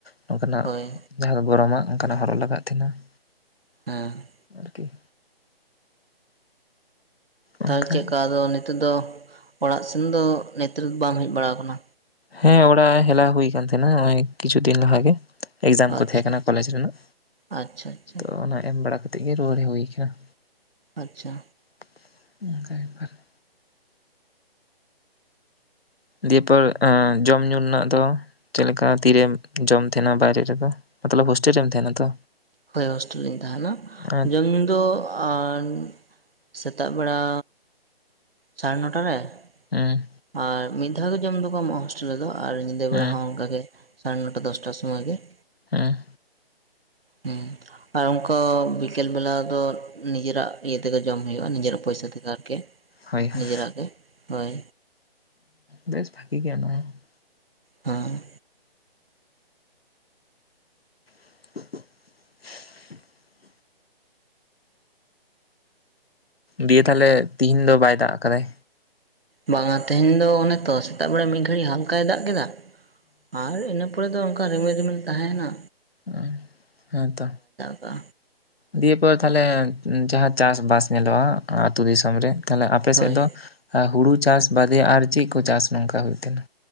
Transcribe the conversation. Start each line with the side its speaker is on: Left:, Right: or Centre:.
Left: ᱱᱚᱝᱠᱟᱱᱟᱜ
Right: ᱦᱳᱭ
Left: ᱡᱟᱦᱟᱸ ᱫᱚ ᱜᱚᱨᱚᱢᱟᱜ ᱚᱱᱠᱟᱱᱟᱜ ᱦᱚᱨᱚᱜ ᱞᱟᱜᱟᱜ ᱛᱟᱦᱮᱱᱟ ᱾
Right: ᱦᱮᱸᱻ
Left: ᱟᱨᱠᱤ
Right: ᱛᱟᱦᱚᱞᱮ
Left: ᱚᱱᱠᱟ
Right: ᱪᱮᱫ ᱞᱮᱠᱟ ᱟᱫᱚ ᱱᱤᱛᱚᱜ ᱫᱚ ᱚᱲᱟᱜ ᱥᱮᱱ ᱫᱚ ᱱᱮᱛ ᱨᱮᱫᱚ ᱵᱟᱢ ᱦᱮᱡ ᱵᱟᱲᱟᱣᱟᱠᱟᱱᱟ
Left: ᱦᱮᱸ ᱚᱲᱟᱜ ᱦᱮᱞᱟ ᱦᱩᱭ ᱟᱠᱟᱱ ᱛᱟᱦᱮᱸᱱᱟ ᱱᱚᱜᱼᱚᱭ ᱠᱤᱪᱷᱩ ᱫᱤᱱ ᱞᱟᱦᱟ ᱜᱮ। ᱮᱠᱡᱟᱢ
Right: ᱟᱪᱪᱷᱟ
Left: ᱠᱚ ᱛᱟᱦᱮᱸ ᱠᱟᱱᱟ ᱠᱚᱞᱮᱡᱽ ᱨᱮᱱᱟᱜ᱾
Right: ᱟᱪᱪᱷᱟ ᱟᱪᱪᱷᱟ
Left: ᱛᱚ ᱚᱱᱟ ᱮᱢ ᱵᱟᱲᱟ ᱠᱟᱛᱮᱜ ᱜᱮ ᱨᱩᱣᱟᱹᱲ ᱦᱩᱭ ᱟᱠᱟᱱᱟ
Right: ᱟᱪᱪᱷᱟᱻ
Left: <unintelligible> ᱫᱤᱭᱮᱯᱚᱨ ᱮᱸ ᱡᱚᱢ ᱧᱩ ᱨᱮᱱᱟᱜ ᱫᱚ ᱪᱮᱫ ᱞᱮᱠᱟ ᱛᱤᱨᱮᱢ ᱡᱚᱢ ᱛᱟᱦᱮᱱᱟ ᱵᱟᱭᱨᱮ ᱨᱮᱫᱚ ᱢᱚᱛᱞᱚᱵ ᱦᱳᱥᱴᱮᱞ ᱨᱮᱢ ᱛᱟᱦᱮᱱᱟ ᱛᱚ?
Right: ᱦᱳᱭ ᱦᱳᱥᱴᱮᱞ ᱨᱤᱧ ᱛᱟᱦᱮᱱᱟ
Left: ᱦᱩᱸ
Right: ᱡᱚᱢ ᱧᱩ ᱫᱚ ᱟᱱᱻ ᱥᱮᱛᱟᱜ ᱵᱮᱲᱟ ᱥᱟᱲᱮ ᱱᱚᱴᱟ ᱨᱮ।
Left: ᱦᱩᱸ ᱻ
Right: ᱟᱨ ᱢᱤᱫ ᱫᱷᱟᱣ ᱜᱮ ᱡᱚᱢ ᱫᱚᱠᱚ ᱮᱢᱚᱜ-ᱟ ᱦᱳᱥᱴᱮᱞ ᱨᱮᱫᱚ ᱟᱨ ᱧᱤᱫᱟᱹ
Left: ᱦᱩᱸ
Right: ᱵᱮᱲᱟ ᱦᱚᱸ ᱚᱱᱠᱟᱜ ᱜᱮ। ᱥᱟᱲᱮ ᱱᱚᱴᱟ ᱫᱚᱥᱴᱟ ᱥᱚᱢᱚᱭ ᱜᱮ।
Left: ᱦᱮᱸᱻ
Right: ᱦᱮᱸ ᱟᱨ ᱚᱱᱠᱟ ᱵᱤᱠᱮᱞ ᱵᱮᱞᱟ ᱫᱚ ᱱᱤᱡᱮᱨᱟᱜ ᱤᱭᱟᱹ ᱛᱮᱜᱮ ᱡᱚᱢ ᱦᱩᱭᱩᱜᱼᱟ ᱱᱤᱡᱮᱨᱟᱜ ᱯᱚᱭᱥᱟ ᱛᱮᱜᱮ ᱟᱨᱠᱤ
Left: ᱦᱳᱭ ᱦᱳᱭ
Right: ᱱᱤᱡᱮᱨᱟᱜ ᱜᱮ ᱦᱳᱭ।
Left: ᱵᱮᱥ ᱵᱷᱟᱹᱜᱤ ᱜᱮᱭᱟ ᱱᱚᱣᱟ <unintelligible>
Right: ᱦᱮᱸᱻ
Left: <inaudible> ᱫᱤᱭᱮ ᱛᱟᱦᱟᱞᱮ ᱛᱤᱦᱤᱧ ᱫᱚ ᱵᱟᱭ ᱫᱟᱜ ᱟᱠᱟᱫᱟᱭ?
Right: ᱵᱟᱝᱟ ᱛᱮᱦᱮᱧ ᱫᱚ ᱚᱱᱮ ᱛᱚ ᱥᱮᱛᱟᱜ ᱵᱮᱲᱟ ᱢᱤᱫ ᱜᱷᱟᱹᱲᱤᱡ ᱦᱟᱞᱠᱟᱭ ᱫᱟᱜ ᱠᱮᱫᱟ ᱟᱨ ᱤᱱᱟᱹ ᱯᱚᱨ ᱯᱚᱨᱮ ᱫᱚ ᱚᱱᱠᱟ ᱨᱤᱢᱤᱞ ᱨᱤᱢᱤᱞ ᱛᱟᱦᱮᱸ ᱮᱱᱟ
Left: <unintelligible> ᱦᱮᱸᱛᱚ
Right: ᱠᱟᱜᱼᱟ
Left: ᱫᱤᱭᱮ ᱯᱚᱨ ᱛᱟᱦᱚᱞᱮ ᱡᱟᱦᱟᱸ ᱪᱟᱥ ᱵᱟᱥ ᱧᱮᱞᱚᱜᱼᱟ ᱟᱹᱛᱳ ᱫᱤᱥᱚᱢ ᱨᱮ। ᱛᱟᱦᱟᱞᱮ ᱟᱯᱮᱥᱮᱫ
Right: ᱦᱳᱭ
Left: ᱫᱚ ᱮᱻ ᱦᱳᱲᱳ ᱪᱟᱥ ᱵᱟᱫᱮ ᱟᱨ ᱪᱮᱫ ᱠᱚ ᱪᱟᱥ ᱱᱚᱝᱠᱟ ᱦᱩᱭᱩᱜ ᱛᱟᱦᱮᱱᱟ?